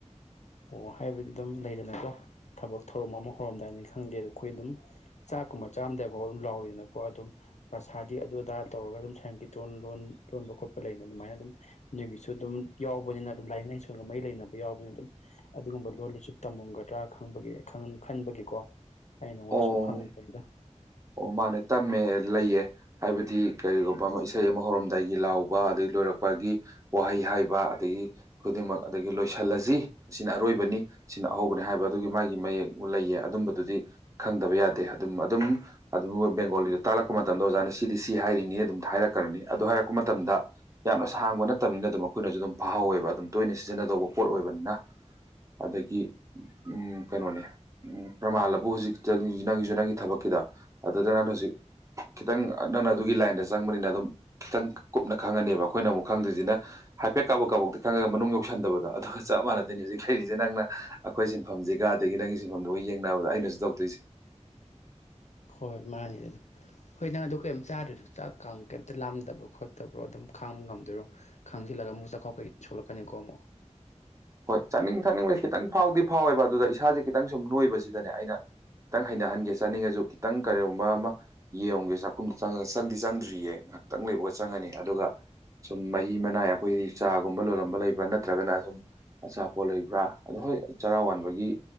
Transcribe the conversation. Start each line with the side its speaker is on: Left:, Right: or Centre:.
Left: ꯑꯣ ꯍꯥꯏꯕꯗꯤ ꯑꯗꯨꯝ ꯂꯩꯗꯅꯀꯣ ꯊꯕꯛ ꯊꯧꯔꯝ ꯑꯃ ꯍꯧꯔꯝꯗꯥꯏꯅꯤ ꯈꯪꯗꯦ ꯑꯗꯣ ꯑꯈꯣꯏ ꯑꯗꯨꯝ ꯆꯥꯛꯀꯨꯝꯕ ꯆꯥꯝꯗꯥꯏꯐꯥꯎ ꯑꯗꯨꯝ ꯂꯥꯎꯋꯤꯗꯅꯀꯣ ꯑꯗꯨꯝ ꯄ꯭ꯔꯁꯥꯗꯤ ꯑꯗꯨ ꯑꯗꯥ ꯇꯧꯔꯒ ꯑꯗꯨꯝ ꯁꯥꯏꯟꯀꯤꯇꯣꯟ ꯂꯣꯟ ꯂꯣꯟꯕ ꯈꯣꯠꯄ ꯂꯩꯅ ꯑꯗꯨꯃꯥꯏꯅ ꯑꯗꯨꯝ ꯅꯣꯏꯒꯤꯁꯨ ꯑꯗꯨꯝ ꯌꯥꯎꯕꯅꯤꯅ ꯑꯗꯨꯝ ꯂꯥꯏꯅꯤꯡ ꯂꯥꯏꯁꯣꯟꯒ ꯃꯔꯤ ꯂꯩꯅꯕ ꯌꯥꯎꯕꯅꯤꯅ ꯑꯗꯨꯝ ꯑꯗꯨꯒꯨꯝꯕ ꯂꯣꯜꯂꯤꯁꯨ ꯇꯝꯃꯝꯒꯗ꯭ꯔꯥ ꯈꯪꯕꯒꯤ ꯈꯟꯕꯒꯤꯀꯣ ꯑꯩꯅ ꯅꯉꯣꯟꯗ
Right: ꯑꯣ
Left: ꯁꯨꯝ ꯍꯪꯉꯛꯕꯅꯤꯗ꯫
Right: ꯑꯣ ꯃꯥꯅꯦ ꯇꯝꯃꯦ ꯂꯩꯌꯦ꯫ ꯍꯥꯏꯕꯗꯤ ꯀꯔꯤꯒꯨꯝꯕ ꯑꯃ ꯏꯁꯩ ꯑꯃ ꯍꯧꯔꯝꯗꯥꯏꯒꯤ ꯂꯥꯎꯕ ꯑꯗꯒꯤ ꯂꯣꯏꯔꯛꯄꯒꯤ ꯋꯥꯍꯩ ꯍꯥꯏꯕ ꯑꯗꯒꯤ ꯈꯨꯗꯤꯡꯃꯛ ꯑꯗꯒꯤ ꯂꯣꯏꯁꯤꯜꯂꯖꯤ ꯁꯤꯅ ꯑꯔꯣꯏꯕꯅꯤ ꯁꯤꯅ ꯑꯍꯧꯕꯅꯤ ꯍꯥꯏꯕ ꯑꯗꯨꯒꯤ ꯃꯥꯒꯤ ꯃꯌꯦꯛ ꯂꯩꯌꯦ ꯑꯗꯨꯝꯕꯗꯨꯗꯤ ꯈꯪꯗꯕ ꯌꯥꯗꯦ ꯑꯗꯨꯝ ꯑꯗꯨꯝ ꯑꯗꯨ ꯕꯦꯡꯒꯣꯂꯤꯗ ꯇꯥꯜꯂꯛꯄ ꯃꯇꯝꯗ ꯑꯣꯖꯥꯅ ꯁꯤꯗꯤ ꯁꯤ ꯍꯥꯏꯔꯤꯅꯤ ꯑꯗꯨꯝ ꯍꯥꯏꯔꯛꯈ꯭ꯔꯅꯤ ꯑꯗꯨ ꯍꯥꯏꯔꯛꯄ ꯃꯇꯝꯗ ꯌꯥꯝꯅ ꯁꯥꯡꯕ ꯅꯠꯇꯕꯅꯤꯅ ꯑꯗꯨꯝ ꯑꯩꯈꯣꯏꯅꯁꯨ ꯑꯗꯨꯝ ꯐꯍꯧꯋꯦꯕ ꯑꯗꯨꯝ ꯇꯣꯏꯅ ꯁꯤꯖꯤꯟꯅꯗꯧꯕ ꯄꯣꯠ ꯑꯣꯏꯕꯅꯤꯅ ꯑꯗꯒꯤ ꯎꯝ ꯀꯩꯅꯣꯅꯦ ꯎꯝ ꯄ꯭ꯔꯃꯥꯜꯂꯕꯨ ꯍꯧꯖꯤꯛ ꯆꯪꯉꯤ ꯅꯪꯒꯤꯁꯨ ꯅꯪꯒꯤ ꯊꯕꯛꯀꯤꯗ ꯑꯗꯨꯗ ꯅꯪꯅ ꯍꯧꯖꯤꯛ ꯈꯤꯇꯪ ꯅꯪꯅ ꯑꯗꯨꯒꯤ ꯂꯥꯏꯟꯗ ꯆꯪꯕꯅꯤꯅ ꯑꯗꯨꯝ ꯈꯤꯇꯪ ꯀꯨꯞꯅ ꯈꯪꯉꯅꯦꯕ ꯑꯩꯈꯣꯏꯅ ꯑꯃꯨꯛ ꯈꯪꯗꯣꯏꯖꯤꯅ ꯍꯥꯏꯐꯦꯠ ꯀꯥꯕꯣꯛ ꯀꯥꯕꯣꯛꯇꯤ ꯈꯪꯉꯒ ꯃꯅꯨꯡ ꯌꯧꯁꯟꯗꯕꯗꯣ ꯑꯗꯨꯒ ꯆꯞ ꯃꯥꯟꯅꯗꯣꯏꯅꯤ ꯍꯧꯖꯤꯛ ꯂꯩꯔꯤꯁꯦ ꯅꯪꯅ ꯑꯩꯈꯣꯏ ꯁꯤꯟꯐꯝꯖꯤꯒ ꯑꯗꯒꯤ ꯅꯪꯒꯤ ꯁꯤꯟꯐꯝꯗꯨꯒ ꯌꯦꯡꯅꯕꯗ ꯑꯩꯅꯁꯨ ꯇꯧꯗꯣꯏꯁꯦ
Left: ꯍꯣꯏ ꯃꯥꯅꯤꯗꯅꯤ ꯍꯣꯏ ꯅꯪ ꯑꯗꯨ ꯀꯩꯝ ꯆꯥꯗꯁꯨ ꯆꯥꯛ ꯀꯥꯡ ꯀꯩꯝꯇ ꯂꯥꯝꯗꯕ꯭ꯔꯣ ꯈꯣꯠꯇꯕ꯭ꯔꯣ ꯑꯗꯨꯝ ꯈꯥꯡꯕ ꯉꯝꯗꯣꯏꯔꯣ ꯈꯪꯡꯖꯤꯜꯂꯒ ꯑꯃꯨꯛ ꯆꯈꯥꯎ ꯀꯩ ꯀꯩ ꯁꯣꯛꯂꯛꯀꯅꯤꯀꯣ ꯑꯃꯨꯛ
Right: ꯍꯣꯏ ꯆꯥꯅꯤꯡ ꯊꯛꯅꯤꯡꯕꯁꯦ ꯈꯤꯇꯪ ꯐꯥꯎꯗꯤ ꯐꯥꯎꯋꯦꯕ ꯑꯗꯨꯗ ꯏꯁꯥꯁꯦ ꯈꯤꯇꯪ ꯁꯨꯝ ꯅꯣꯏꯕꯁꯤꯗꯅꯦ ꯑꯩꯅ ꯈꯤꯇꯪ ꯍꯩꯅꯍꯟꯒꯦ ꯆꯥꯅꯤꯡꯉꯁꯨ ꯈꯤꯇꯪ ꯀꯔꯤꯒꯨꯝꯕ ꯑꯃ ꯌꯦꯡꯉꯨꯒꯦ ꯆꯥꯛꯈꯨꯝꯗ ꯆꯪꯉꯒ ꯆꯪꯗꯤ ꯆꯪꯗ꯭ꯔꯤꯌꯦ ꯉꯥꯛꯇꯪ ꯂꯩꯕꯒ ꯆꯪꯉꯅꯤ ꯑꯗꯨꯒ ꯁꯨꯝ ꯃꯍꯤ ꯃꯅꯥꯏ ꯑꯩꯈꯣꯏꯗꯤ ꯆꯥꯒꯨꯝꯕ ꯂꯣꯜꯂꯝꯕ ꯂꯩꯕ ꯅꯠꯇ꯭ꯔꯒꯅ ꯁꯨꯝ ꯑꯆꯥꯄꯣꯠ ꯂꯩꯕ꯭ꯔꯥ ꯑꯗꯣ ꯍꯣꯏ ꯆꯔꯥ ꯋꯥꯟꯕꯒꯤ